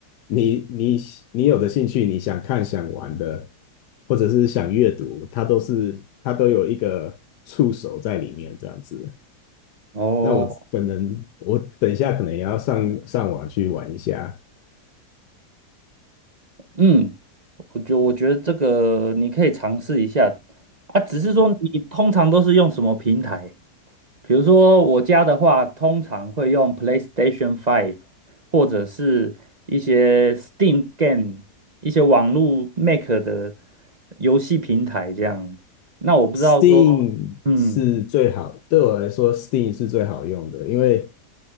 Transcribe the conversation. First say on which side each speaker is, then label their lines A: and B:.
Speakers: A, on the left; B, on the right.
A: 你你你有的兴趣，你想看、想玩的，或者是想阅读，它都是它都有一个触手在里面这样子。
B: 哦，
A: 那我可能我等一下可能也要上上网去玩一下。
B: 嗯，我觉我觉得这个你可以尝试一下啊，只是说你通常都是用什么平台？比如说我家的话，通常会用 PlayStation Five，或者是一些 Steam Game，一些网络 Make 的游戏平台这样。那我不知道说，
A: Steam
B: 嗯
A: 是最好，对我来说，Steam 是最好用的，因为